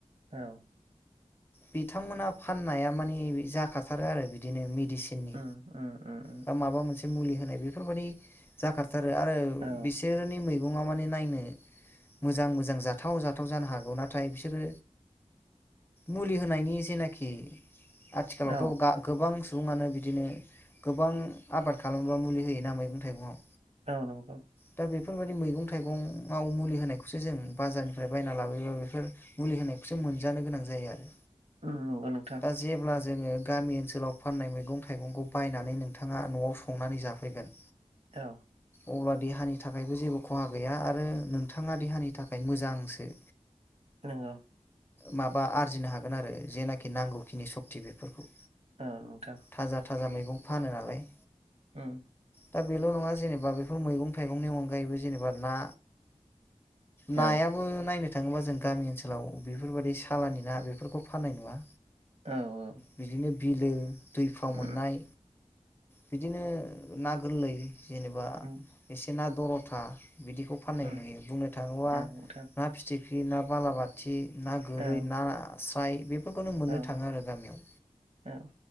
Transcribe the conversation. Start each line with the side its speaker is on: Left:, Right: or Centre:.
Right: औ
Left: बिथांमोना फाननाया माने जाखाथारो आरो बिदिनो मेडिसिननि
Right: उम उम उम उम
Left: बा माबा मोनसे मुलि होनाय बेफोरबायदि जाखा थारो आरो
Right: औ
Left: बिसोरनि मैगं सुबुङा माने नायनो मोजां मोजां जाथाव जाथाव जानो हागौ ना नाथाय बिसोरो मुलि होनायनि जेनाखि आथिखालावथ'
Right: औ
Left: गोबां सुबुङानो बिदिनो गोबां आबाद खालामोबा मुलि होयोना मैगं थाइगङाव
Right: औ नंगौ
Left: दा बेफोरबायदि मैगं थाइगंआव मुलि होनायखौसो जों बाजारनिफ्राय बायना लाबोयोबा बेफोर मुलि होनायखौ जों मोनजानो गोनां जायो आरो
Right: उम नंगौ नोंथां
Left: दा जेब्ला जोङो गामि ओनसोलाव फाननाय मैगं थाइगंखौ बायनानै नोंथाङा न'आव संनानै जाफैगोन
Right: औ
Left: अब्ला देहानि थाखायबो जेबो खहा गैया आरो नोंथाङा देहानि थाखाय मोजांसो
Right: नंगौ
Left: माबा आरजिनो हागोन आरो जेनाखि नांगौखिनि सक्ति बेफोरखौ
Right: औ नोंथां
Left: थाजा थाजा मैगं फानो नालाय
Right: उम
Left: दा बेल' नङा जेनेबा बेफोर मैगं थाइगंनि अनगायैबो जेनेबा ना नायाबो
Right: औ
Left: नायनो थाङोब्ला जों गामि ओनसोलाव बेफोरबायदि सालानि ना बेफोरखौ फाननाय नुवा
Right: औ औ
Left: बिदिनो बिलो दैफ्राव
Right: उम
Left: मोननाय बिदिनो ना गोरलै जेनेबा
Right: उम
Left: बिसना दरथा बिदिखौ फाननाय
Right: उम
Left: नुयो बुंनो थाङोबा
Right: औ नोंथां
Left: ना फिथिखि ना बालाबाथि ना गोरै
Right: औ
Left: नाास्राय बे बेफोरखौनो मोननो
Right: औ
Left: थाङो आरो गामियाव
Right: औ